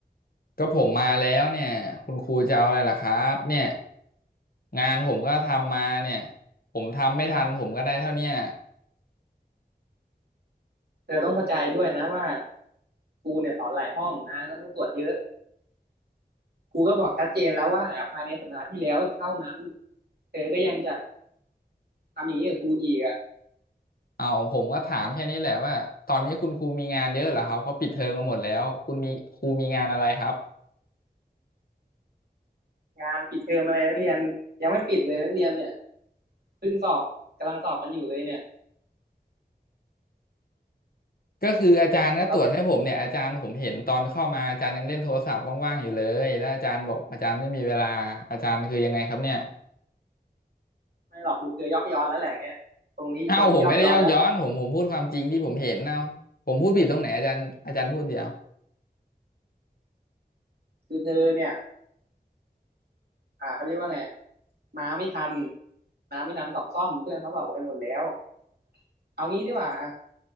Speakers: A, on the left; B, on the right.
A: ก็ผมมาแล้วเนี่ยคุณครูจะเอาอะไรล่ะครับเนี่ยงานผมก็ทำมาเนี่ยผมทำไม่ทันผมก็ได้เท่าเนี้ย
B: เธอต้องเข้าใจด้วยนะว่าครูเนี่ยสอนหลายห้องนะก็ต้องตรวจเยอะครูก็บอกชัดเจนแล้วว่าภายในสัปดาห์ที่แล้วเท่านั้นเธอก็ยังจะทำอย่างนี้กับครูอีกอะ
A: เอาผมก็ถามแค่นี้แหละว่าตอนนี้คุณครูมีงานเยอะเหรอครับเขาปิดเทอมกันหมดแล้วคุณมีครูมีงานอะไรครับ
B: งานปิดเทอมอะไรนักเรียนยังไม่ปิดเลยนักเรียนเนี่ยเพิ่งสอบกำลังสอบกันอยู่เลยเนี่ย
A: ก็คืออาจารย์ก็ตรวจให้ผมเนี่ยอาจารย์ผมเห็นตอนเข้ามาอาจารย์ยังเล่นโทรศัพท์ว่างๆอยู่เลยแล้วอาจารย์บอกอาจารย์ไม่มีเวลาอาจารย์คือยังไงครับเนี่ย
B: เรา ไม่หรอกคือเธอยอกย้อนแล้วแหละอย่างเงี้ยตรงนี้ตรงนี้ยอกย้อนแล้ว
A: เอ้าผมไม่ได้ยอกย้อนผมผมพูดความจริงที่ผมเห็นเนาะผมพูดผิดตรงไหนอาจารย์อาจารย์พูดเดียว
B: คือเธอเนี่ยอ่าเขาเรียกว่าไงมาไม่ทันมาไม่ทันสอบซ่อมเพื่อนเขาสอบไปหมดแล้วเอางี้ดีกว่าอ่ะ